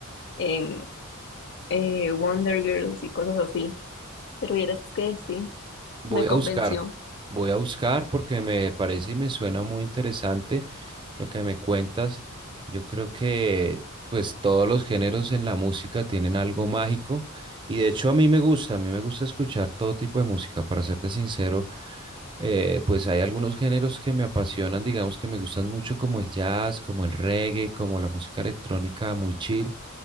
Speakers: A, on the left; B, on the right.
A: em, eh, Wonder Girls y cosas así. Pero vieras que sí,
B: Voy
A: me convenció.
B: a buscar, voy a buscar porque me parece y me suena muy interesante lo que me cuentas. Yo creo que pues todos los géneros en la música tienen algo mágico y de hecho a mí me gusta, a mí me gusta escuchar todo tipo de música, para serte sincero. eh, pues hay algunos géneros que me apasionan, digamos que me gustan mucho, como el jazz, como el reggae, como la música electrónica muy chill.